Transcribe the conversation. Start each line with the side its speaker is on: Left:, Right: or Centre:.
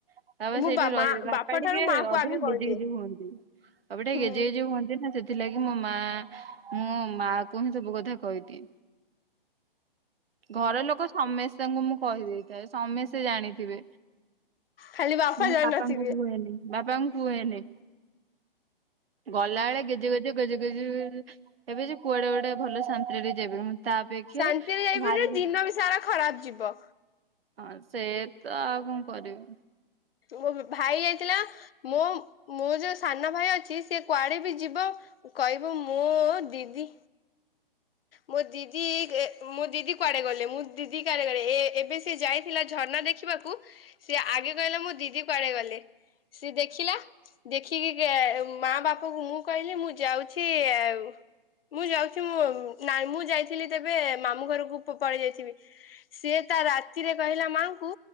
Right: ବାପା
Left: ମୁଁ
Right: ସେଇଠି
Left: ବା ମା
Right: ରହି ବାପା
Left: ଠାରୁ
Right: ଟିକେ
Left: ମାଆକୁ
Right: ଅଧିକ
Left: ଆଗେ କହିଦିଏ।
Right: ଗେଜେ ଗେଜେ ହୁଅନ୍ତି। ବାପା ଟିକେ
Left: ହୁଁ
Right: ଗେଜେ ଗେଜେ ହୁଅନ୍ତି ନା ସେ ସେ ଥିଲାଗି ମୋ ମା ମୁଁ ମା କୁ ହିଁ ସବୁ କଥା କହିଦିଏ। ଘର ଲୋକ ସମେସ୍ତେଙ୍କୁ ମୁଁ କହିଦେଇଥାଏ ସମେସ୍ତେ ଜାଣିଥିବେ।
Left: ଖାଲି ବାପା
Right: ମୁଁ
Left: ଜାଣିନଥିବେ
Right: ପାପାଙ୍କୁ କୁହେନି। ବାପାଙ୍କୁ କୁହେନି ଗଲା ବେଳେ ଗେଜେ-ଗେଜେ-ଗେଜେ- ଗେଜେ ଏବେ ଯେ କୁଆଡେ ଗୋଟେ ଭଲ ଶାନ୍ତିରେ ଟିକେ ଯାଇପାରିବୁନି ତା ଅପେକ୍ଷା
Left: ଶାନ୍ତିରେ ଯାଇପାରିବନି
Right: ବାହାରିକି
Left: ଦିନ ବି ସାରା ଖରାପ ଯିବ।
Right: ହଁ ସେୟାତ ଆଉ କଣ କରିବି।
Left: ମୋ ଭାଇ ଆଇଥିଲା ମୋ-ମୋ ଯୋଉ ସାନ ଭାଇ ଅଛି ସି କୁଆଡେ ବି ଯିବ କହିବ ମୋ ଦିଦି ମୋ ଦିଦି ଗେ ମୋ ଦିଦି କୁଆଡେ ଗଲେ ମୁଁ ଦିଦି କୁଆଡେ ଗଲେ ଏବେ ସିଏ ଯାଇଥିଲା ଝରଣା ଦେଖି ସିଏ ଆଗେ କହିଲା ମୋ ଦିଦି କୁଆଡେ ଗଲେ ସିଏ ଦେଖିଲା। ଦେଖିକି ମା ବାପାକୁ ମୁଁ କହିଲି ମୁଁ ଯାଉଛି ଆଉ। ମୁଁ ଯାଉଛି ମୁଁ ନାଇଁ ମୁଁ ଯାଇଥିଲି ତେବେ ମାମୁଁ ଘରକୁ ପ ପଳେଇ ଯାଇଥିବି। ସିଏ ତା ରାତିରେ କହିଲା ମାଙ୍କୁ